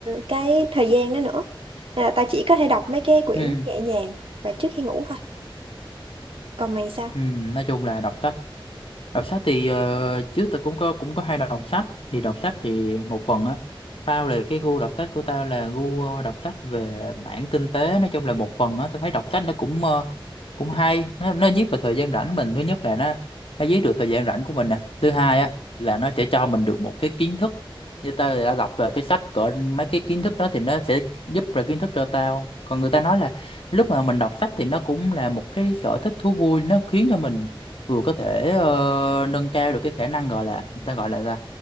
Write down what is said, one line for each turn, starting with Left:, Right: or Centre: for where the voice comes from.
Right: cái thời gian đó nữa nên là tao chỉ có thể đọc mấy cái quyển
Left: Ừ.
Right: nhẹ nhàng và trước khi ngủ thôi còn mày sao
Left: Ừ, nói chung là đọc sách đọc sách thì ờ, trước tôi cũng có cũng có hay đọc sách thì đọc sách thì một phần á tao là cái gu đọc sách của tao là gu ờ, đọc sách về mảng kinh tế nói chung là một phần á tao thấy đọc sách nó cũng ờ, cũng hay nó nó giết vào thời gian rảnh mình thứ nhất là nó nó giết được thời gian rảnh của mình nè thứ hai á là nó sẽ cho mình được một cái kiến thức như tao thì đã đọc về cái sách cỡ mấy cái kiến thức đó thì nó sẽ giúp là kiến thức cho tao còn người ta nói là lúc mà mình đọc sách thì nó cũng là một cái sở thích thú vui nó khiến cho mình vừa có thể ờ, nâng cao được cái khả năng gọi là người ta gọi là ra